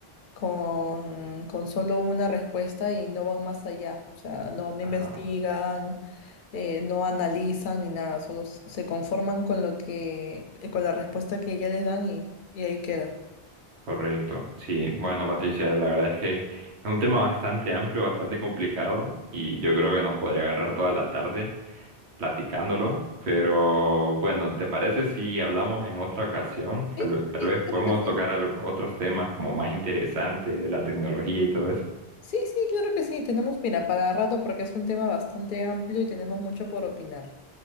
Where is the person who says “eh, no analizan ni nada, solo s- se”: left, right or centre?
Left